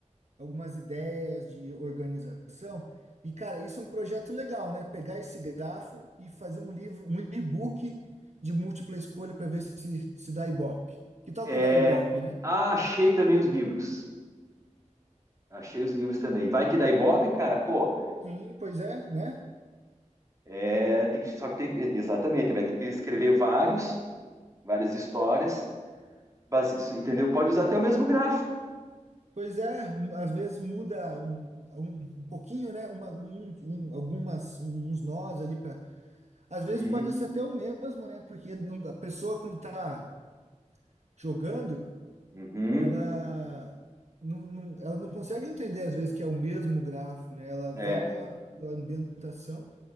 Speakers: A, on the right (about 60°); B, on the right (about 25°).
A: algumas ideias de organização. E, cara, isso é um projeto legal, né? Pegar esse grafo e fazer um livro, um e-book de múltipla escolha para ver se, se dá Ibope. Que tal
B: É,
A: que dá Ibope, né?
B: ah, achei também os livros. Achei os livros também. Vai que dá Ibope, cara, pô.
A: Sim, pois é, né?
B: É, tem que, só que tem, exatamente, vai ter que escrever vários, várias histórias, base, entendeu? Pode usar até o mesmo grafo.
A: Pois é, um- às vezes muda um, um pouquinho, né? Uma, um, um- algumas, uns nós ali para. Às vezes
B: Uhum,
A: pode ser até o mesmo, né? Porque não- a pessoa quando tá jogando.
B: uhum.
A: ela não, não- ela não consegue entender às vezes que é o mesmo grafo, né? Ela vai
B: É.
A: pela, pela ambientação